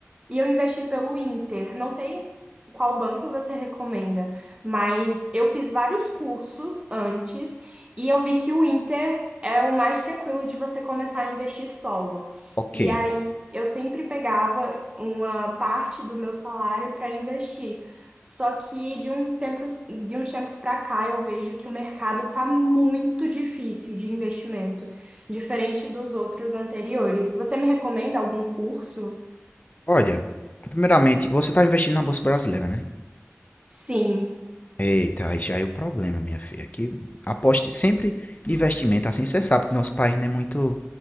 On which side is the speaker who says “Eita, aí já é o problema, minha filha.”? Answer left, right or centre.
Left